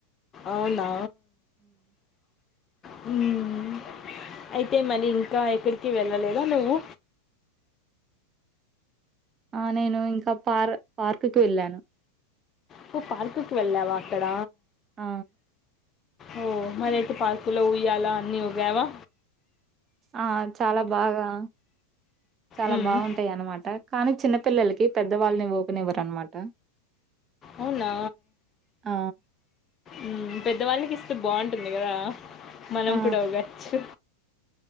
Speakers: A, on the left; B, on the right.
A: అవునా, హుమ్. అయితే, మరి, ఇంకా, ఎక్కడికి, వెళ్ళలేదా, నువ్వు.
B: ఆ, నేను, ఇంకా, పార్, పార్క్కి, వెళ్ళాను.
A: నువ్వు, పార్కుకి, వెళ్ళావా, అక్కడ.
B: ఆ.
A: ఓ, మరి అయితే పార్కులో, ఉయ్యాల అన్ని, ఊగావా.
B: ఆ, చాలా బాగా. చాలా
A: మ్మ్.
B: బాగుంటాయి అన్నమాట, కానీ చిన్న. పిల్లలకి, పెద్దవాళ్ళని, ఊగనివ్వరన్నమాట.
A: అవునా,
B: ఆ
A: ఉ పెద్ద వాళ్లకి. బాగుంటుంది, కద. మనం
B: ఆ
A: కూడా, ఊగచ్చు.